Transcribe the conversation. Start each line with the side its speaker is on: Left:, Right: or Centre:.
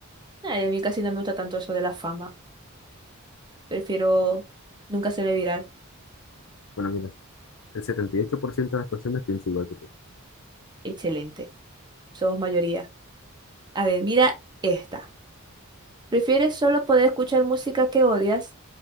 Right: Ay, a mí casi no me gusta tanto eso de la fama. Prefiero nunca hacerme viral.
Left: Bueno, mira, el 78% de las personas piensa igual que tú.
Right: Excelente. Somos mayoría. A ver, mira esta. ¿Prefieres solo poder escuchar música que odias